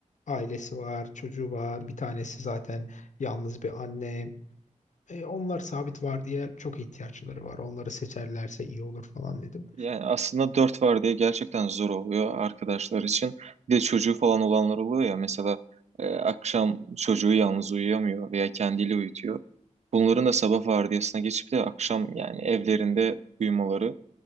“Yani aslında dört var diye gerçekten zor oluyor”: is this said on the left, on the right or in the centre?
Right